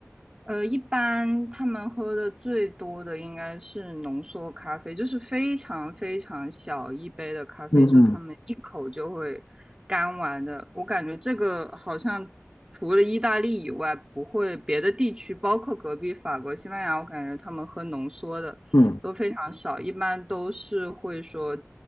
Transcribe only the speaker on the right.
呃，一般他们喝的最多的应该是浓缩咖啡，就是非常非常小一杯的咖啡，
就是他们一口就会干完的。我感觉这个好像除了意大利以外，不会别的地区，包括隔壁法国、西班牙，我感觉他们喝浓缩的都非常少，
一般都是会说